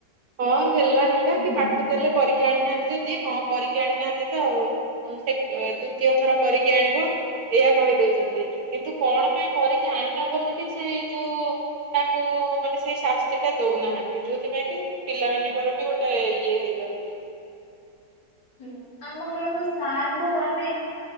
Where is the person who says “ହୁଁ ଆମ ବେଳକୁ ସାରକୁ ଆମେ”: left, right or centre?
Left